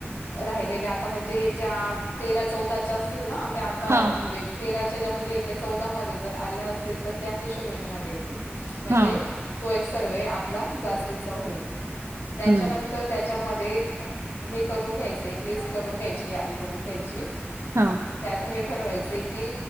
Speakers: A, on the left; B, on the right.
A: राहिलेल्या आता म्हणजे ज्या तेरा चौदाच्या असतील ना त्या आता
B: हा
A: म्हणजे च्या ज्या मुले य्या चौदा मध्ये जर आल्या असतील तर ते अखेशोरंमध्येध्ये येतील म्हणजे
B: हा
A: तो सर्व आपला जा हो त्याच्यांतर
B: हम्म
A: त्याच्यामध्ये हे करून घ्यायचं एक लिस्ट करून घ्यायची यादी करून घ्यायची
B: हा
A: त्यात हे ठरवायचे की